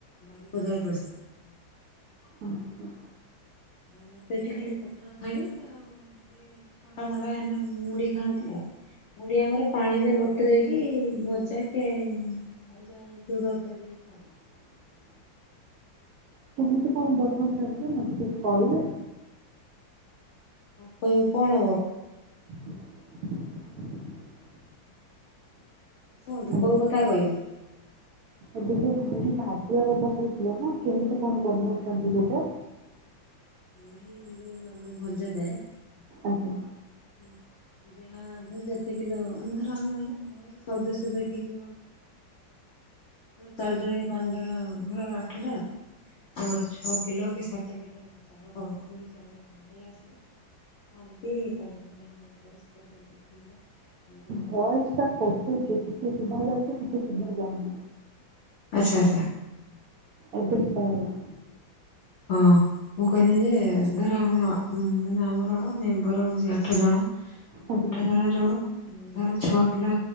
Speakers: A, on the left; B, on the right.
A: ବାରିପଦାରେ ପ୍ରସିଦ୍ଧ।
B: ଅ ହ।
A: ମର ତ ଏଠି ଖାଲି ପଖାଳ ଖାଇବେ ଆଉ ଥଣ୍ଡା ମଣ୍ଡା ହେଲେ ମୁଢ ଖାଆନ୍ତି ଆଉ ମୁଢ଼ି ଆମର ପାଣି ରେ ଵତରେଇକି ଭଜା କି ଆଉ ଯାହା ହେଇଥିବ ଖାନ୍ତି।
B: <inaudible> କେମିତି କଣ ବନଉଛନ୍ତି ମତେ ଟିକେ କହିବେ?
A: କଣ କହିବି କଣ?
B: <inaudible>
A: କୁହନ୍ତୁ
B: ଆଜ୍ଞା।
A: କୋଉ କଥା କହିବି।
B: ଏବେ ଯୋଉ ମୁଢି ଭାଜିବା କଥା କହୁଥିଲ ନା, କେମିତି କଣ ବନଉଛନ୍ତି ସେଇଟା?
A: ମୁଢ଼ି ଯୋଉ ଆମର ଭଜା ଯାଏ।
B: ଆଜ୍ଞା।
A: <inaudible> ଯାହା ଧର ଯେତିକିଲ ମାନେ ଧର ଆମେ ଘରର ସଦସ୍ୟ ଦେଖିକି ଚାରି ଜଣ କି ପାଞ୍ଚ ଜଣ ଘରର ଆଠ ଜଣ ଆମର ଛଅ କିଲୋ କି ସାତ କିଲୋ ଚାଳ ନେଇ ଆସିଲେ ଆଣିକ ତାକୁ ଭଲ ପରିଷ୍କାର କରିକି ଧୋଇବା ଧୋଇ ଦେଇକି
B: ଭ ଏ ସ ଟା କଟୁ ଛି ଟିକେ ଶୁଭା ଯାଉଛି, ଟିକେ ଶୁଭା ଯାଉନି।
A: ଆଚ୍ଛା ଆଚ୍ଛା।
B: ଏବେ ଶୁଭାଗଲା।
A: ହଁ ମୁଁ କହିଲି ଯେ ଧର ଆମେ ମାନେ ଆମର ମେମ୍ବର ହଉଛି ଆଠ ଜଣ
B: ଆଜ୍ଞା
A: ଆଠ ଜଣ ର ଧର ଛଅ କିଲୋ